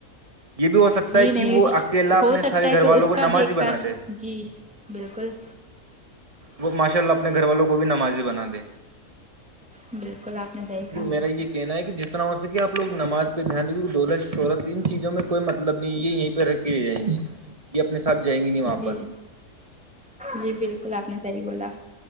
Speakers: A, on the right (about 25°); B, in the centre.
A: یے بھی ہو سکتا
B: جی
A: ہے
B: نہیں
A: کی وہ اکیلا اپنے
B: ہو سکتا
A: سارے
B: ہے
A: گھر
B: کہ
A: والوں
B: اس
A: کو
B: کا
A: نمازی
B: دیکھ
A: بنا
B: کر
A: دے
B: جی بالکل
A: وہ ماشاء اللہ اپنے گھر والوں کو بھی نمازی بنا دے
B: بالکل آپ نے صحیح کہا
A: جی میرا یہ کہنا ہے کی جتنا ہو سکے آپ لوگ نماز پے دھیان دنگے دولت شہرت ان چیزوں میں کوئی مطلب نہیں یے یہیں پے رکھی رہ جائیں گے یے اپنے ساتھ جائیں گی نہیں وہاں
B: جی
A: پر
B: جی بالکل آپ نے صحیح بولا